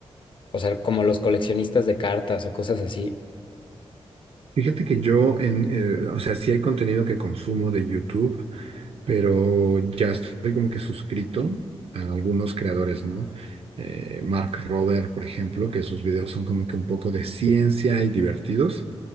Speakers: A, on the left; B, on the right.
A: o sea, como los coleccionistas de cartas o cosas así?
B: Fíjate que yo, en, eh, o sea, sí hay contenido que consumo de YouTube, pero ya estoy como que suscrito a algunos creadores, ¿no? Eh, Mark Rober, por ejemplo, que sus videos son como que un poco de ciencia y divertidos,